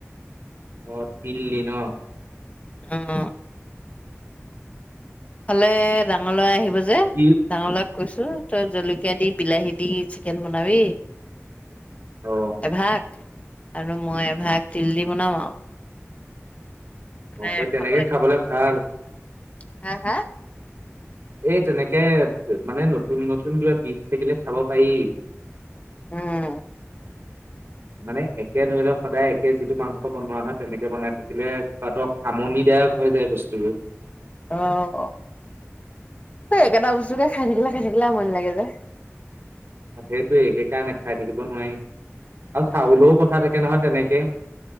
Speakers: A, on the right (about 60°); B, on the left (about 30°).
A: অহ, তিল দি ন'?
B: অহ। ইফালে ডাঙৰ ল'ৰা আহিব যে,
A: কি
B: ডাঙৰল'ৰাক কৈছোঁ তই জলকীয়া দি, বিলাহী দি চিকেন বনাবি।
A: অ
B: এভাগ, আৰু মই এভাগ তিল দি বনাম আৰু। মানে
A: আকৌ তেনেকে
B: খাব লাগিব
A: খাবলে ভাল
B: এতিয়া। হা, হা?
A: এই তেনেকে মানে নতুন-নতুন কিবা বিধ থাকিলে খাব পাৰি।
B: উম।
A: মানে একে ধৰি লওঁক, সদায় একে যিটো মাংস বনোৱা হয়, তেনেকে বনাই থাকিলে খোৱাটো আমনিদায়ক হৈ যায় বস্তুবোৰ।
B: অহ, এ একেটা বস্তুকে খাই থাকিলে, খাই থাকিলে আমনি লাগে যে।
A: তাকেটো সেইকাৰণে খাই থাকিব নোৱাৰি, আৰু
B: উম
A: চাউলৰো কথা থাকে নহয় তেনেকে।